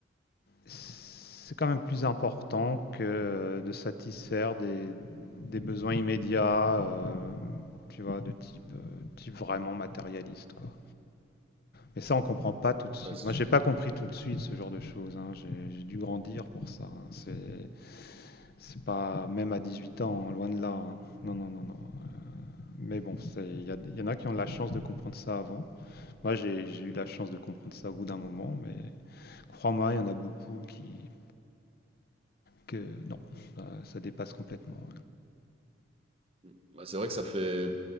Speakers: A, on the left; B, on the right.
A: c'est quand même plus important que de satisfaire des, des besoins immédiats, euh, tu vois, de type, euh, type vraiment matérialiste, quoi. Mais ça, on comprend pas tout de suite.
B: Ouais, c'est
A: Moi,
B: sûr.
A: j'ai pas compris tout de suite ce genre de choses. hein. J'ai j'ai dû grandir pour ça. hein. C'est, c'est pas même à 18 ans, hein, loin de là. hein. Non, non, non, non. Euh, Mais bon, c'est, il y, a- il y en a qui ont la chance de comprendre ça avant. Moi, j'ai j'ai eu la chance de comprendre ça au bout d'un moment, mais crois-moi, il y en a beaucoup qui, que non, euh, ça dépasse complètement.
B: Mm. Bah, c'est vrai que ça fait